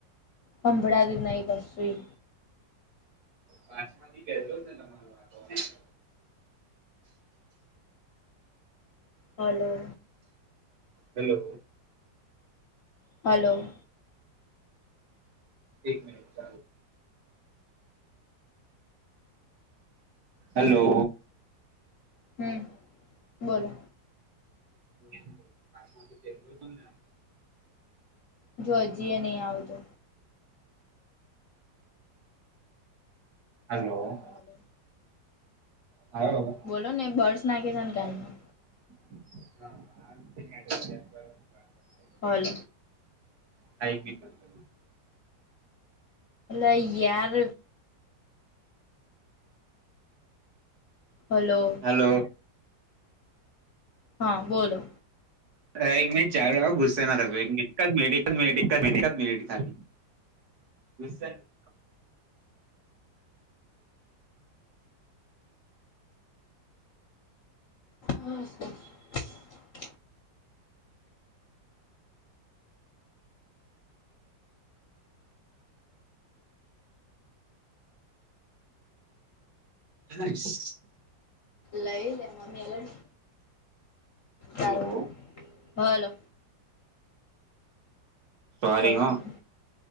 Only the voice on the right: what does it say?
પાછ માંથી ગ ને તમાર વા <unintelligible>
હેલો.
એક મિનીટ. હેલો.
<unintelligible>
હલો.
હાલો.
હ <unintelligible>
હ બી <unintelligible>
હલો.
એક મિનટ ચાર ગુસશે એક એક મિટ મનટ મ મનિટ ખાલી. દ <unintelligible>
હાસ.
હલો
સરી
હા